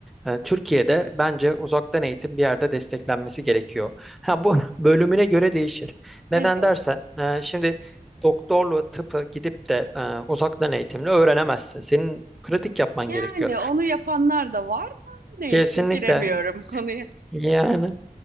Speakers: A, in the centre; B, on the right.
A: e, Türkiye'de bence uzaktan eğitim bir yerde desteklenmesi gerekiyor. Ha, bu <laughs> bölümüne göre değişir.
B: Evet.
A: Neden dersen, e, şimdi doktorluğu, tıpı gidip de e, uzaktan eğitimle öğrenemezsin. Senin pratik yapman
B: Yani
A: gerekiyor.
B: onu yapanlar da var da neyse
A: Kesinlikle
B: giremiyorum konuya.
A: yani